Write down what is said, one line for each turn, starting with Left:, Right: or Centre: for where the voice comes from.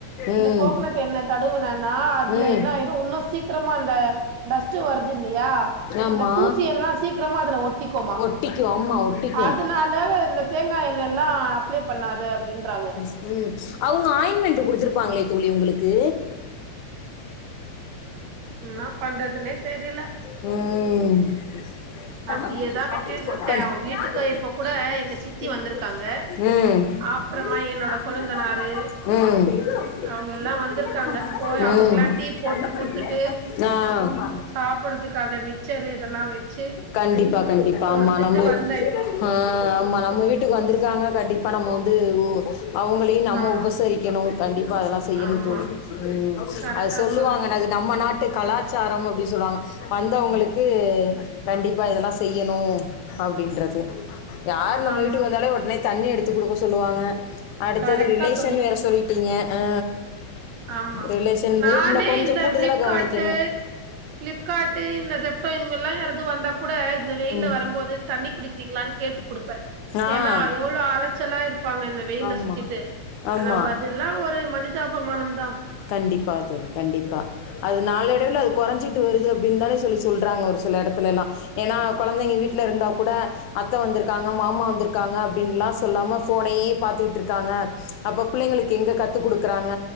Right: இந்த
Left: ம்
Right: கோக்னட் என்ன தடுவுனன்னா அதுல
Left: ம்
Right: என்ன ஆயிரும் உன்னு சீக்கிரமா அந்த டஸ்ட்டு வருதில்லையா
Left: ஆமா
Right: அந்த தூசி எல்லாம் சீக்கிரமா அதுல ஒட்டிக்கோமா
Left: ஒட்டிக்கு ஆமா ஒட்டிக்கு
Right: அதனால
Left: ம்
Right: இந்த தேங்காய் எண்ண எல்லாம் அப்ளை பண்ணாத அப்படின்றாங்க
Left: ம் அவங்க ஆயின்மெண்ட் கொடுத்துருப்பாங்களே தோழி உங்களுக்கு
Right: ன்னா பண்றதுன்னே தெரில
Left: ம் <unintelligible>
Right: அப்டியேதா விட்டுட்டு இருக்கே அவ வீட்டுக்கு இப்ப
Left: ம்
Right: கூட எங்க சித்தி வந்திருக்காங்க
Left: ம்
Right: அப்றமா என்னோட கொழுந்தனாரு
Left: ம்
Right: அவங்க எல்லா வந்திருக்காங்க போய் அவங்களுக்கெல்லா
Left: ஆ
Right: டீ போட்டு குடுத்துட்டு சாப்புட்றதுக்காக மிக்சரு இதெல்லா வெச்சு
Left: கண்டிப்பா கண்டிப்பா
Right: குடுத்துட்டு
Left: ஆமா நம்ப
Right: வந்தே இப்போ
Left: ஆ ஆமா நம்ப வீட்டுக்கு வந்துருக்காங்க கண்டிப்பா நம்ம வந்து ஓ அவுங்க ட்டயு நம்ம
Right: ஆமா
Left: உபசரிக்கணு கண்டிப்பா அதெல்லா செய்யனு
Right: ஆமா
Left: தோழி ம்
Right: கரெக்டா
Left: அது சொல்லுவாங்க
Right: சொன்னீங்க
Left: நம்ம நாட்டு கலாச்சாரம் அப்டி சொல்லுவாங்க வந்தவங்களுக்கு கண்டிப்பா இதெல்லா செய்யணு அப்டின்றது யாரு நம்ம
Right: ஆமா
Left: வீட்டுக்கு வந்தாலே ஒடனே தண்ணி எடுத்து குடுக்க சொல்லுவாங்க அடுத்தது
Right: கரெக்டா
Left: ரிலேசன்
Right: சொன்னீங்க
Left: வேற சொல்லிட்டீங்க ஹூ
Right: ஆமா
Left: ரிலேஷன்
Right: நானே
Left: போது இன்ன கொஞ்சோ
Right: இந்த
Left: கூடுதலா
Right: ஃபிளிப்கார்ட்டு
Left: கவனிக்கணு
Right: ஃபிளிப்கார்ட்டு இந்த செப்டோ இவ்ங்க எல்லா யாராது வந்தா கூட இந்த வெயில்ல
Left: ம்
Right: வரும்போது தண்ணி குடிக்கிறீங்ளான் கேட்டு குடுப்பே
Left: ஆ
Right: ஏன்னா எவளோ அலைச்சலா இருப்பாங்க இந்த வெயில்ல
Left: ஆமா
Right: சுத்திட்டு
Left: ஆமா
Right: ஆனா அதெல்லா ஒரு மனிதாபமானம் தா
Left: கண்டிப்பா தோழி கண்டிப்பா அது நாளடைவுல அது குறைஞ்சிட்டு வருது அப்டின் தானே சொல்லி சொல்றாங்க ஒரு சில எடத்துலலா ஏன்னா கொழந்தைங்க வீட்ல இருந்தா கூட அத்த வந்துருக்காங்க மாமா வந்துருக்காங்க அப்டின்லா சொல்லாம ஃபோனயே பாத்துக்கிட்ருக்காங்க அப்ப பிள்ளைங்களுக்கு எங்க கத்து குடுக்கறாங்க